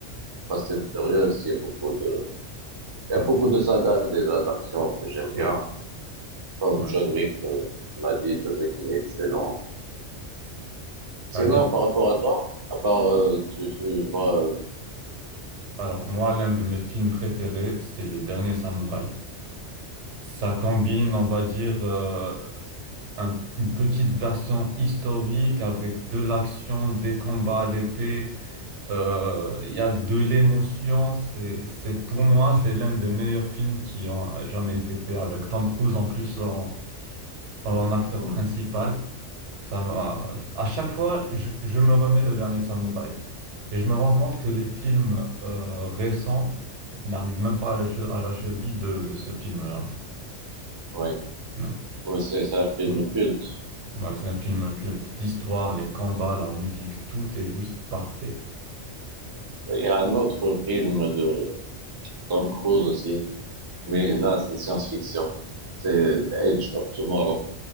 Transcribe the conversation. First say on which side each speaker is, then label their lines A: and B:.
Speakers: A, on the right (about 35°); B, on the right (about 80°).
A: Fast and Furious, il y a beaucoup de Il y
B: Ouais,
A: a beaucoup de sagas déjà d'action que j'aime
B: oui,
A: bien, comme
B: ouais.
A: John Wick, euh, tu m'as dit, John Wick, il est excellent. Sinon,
B: Ouais, d'a-
A: par rapport à toi, à part, euh, tu, tu vois, euh,
B: Alors, moi, l'un de mes films préférés, c'est Le Dernier Samouraï. Ça combine, on va dire, euh, un- une petite version historique avec de l'action, des combats à l'épée. Euh, Il y a de l'émotion. C'est, c'est, pour moi, c'est l'un des meilleurs films qui ont jamais été faits, avec Tom Cruise en plus en en acteur
A: hmm,
B: principal. Ça m'a... À chaque fois, je, je me remets le dernier samouraï. Et je me rends compte que les films euh, récents n'arrivent même pas à la, che- à la cheville de, de ce film-là.
A: oui,
B: Non,
A: oui, c'est c'est un film
B: non.
A: culte.
B: Voilà, c'est un film culte. L'histoire, les combats, la musique, tout est juste parfait.
A: Il y a un autre film de Tom Cruise aussi, mais là, c'est science-fiction. C'est Edge of Tomorrow.